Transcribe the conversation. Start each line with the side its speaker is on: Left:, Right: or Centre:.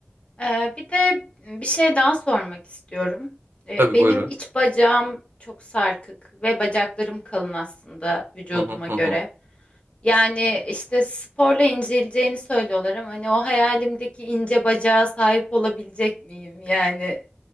Left: Ee, bir de bir şey daha sormak istiyorum. Ee,
Right: Tabii
Left: benim
Right: buyurun.
Left: iç bacağım çok sarkık ve bacaklarım kalın aslında vücuduma
Right: Hı hı hı
Left: göre.
Right: hı.
Left: Yani işte sporla inceleceğini söylüyorlar ama hani o hayalimdeki ince bacağa sahip olabilecek miyim? Yani